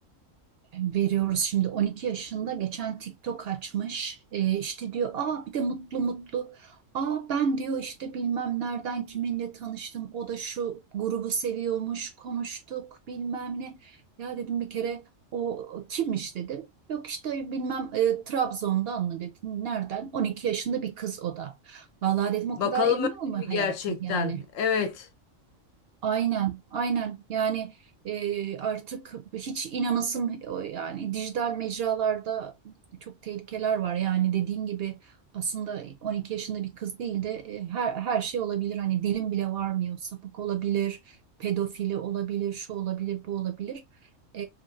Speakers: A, on the right; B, on the left.
A: veriyoruz şimdi 12 yaşında geçen TikTok açmış Ee, işte diyor aa bir de mutlu mutlu aa ben diyor işte bilmem nereden kiminle tanıştım o da şu grubu seviyormuş konuştuk bilmem ne ya dedim bir kere o, o kimmiş dedim yok işte bilmem e, Trabzon'dan mı dedim nereden 12 yaşında bir kız o da vallahi dedim o
B: Bakalım
A: kadar emin
B: öyle
A: olma
B: mi gerçekten?
A: hayatım yani
B: Evet.
A: Aynen, aynen. Yani e, artık hiç inanasım yani dijital mecralarda çok tehlikeler var. Yani dediğin gibi aslında 12 yaşında bir kız değil de e, her her şey olabilir. Hani dilim bile varmıyor. Sapık olabilir, pedofili olabilir, şu olabilir, bu olabilir. E,